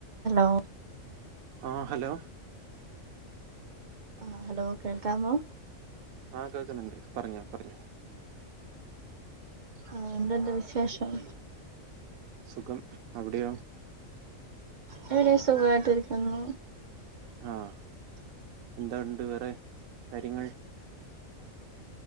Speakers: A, on the right; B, on the right.
A: hello
B: ആഹ്‌ hello
A: ആഹ് hello കേൾക്കാമോ
B: ആഹ് കേൾക്കുന്നുണ്ട് പറഞ്ഞോ പറഞ്ഞോ
A: ആഹ് എന്തുണ്ട് വിശേഷം
B: സുഖം അവിടെയോ
A: ഇവിടെം സുഖായിട്ടിരിക്കുന്നു
B: ആഹ് എന്താണ്ട് വേറെ കാര്യങ്ങൾ